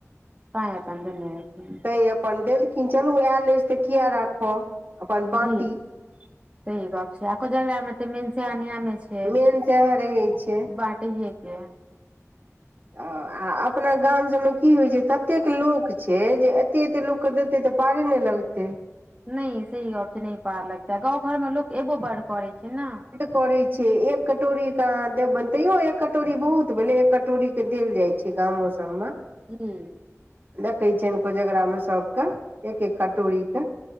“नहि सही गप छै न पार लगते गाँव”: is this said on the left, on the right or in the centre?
Right